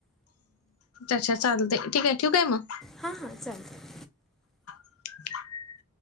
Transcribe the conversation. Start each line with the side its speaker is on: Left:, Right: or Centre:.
Left: अच्छा चालते ठीक आहे ठेऊ आहे मग.
Centre: हा हा चालेल.
Left: <unintelligible>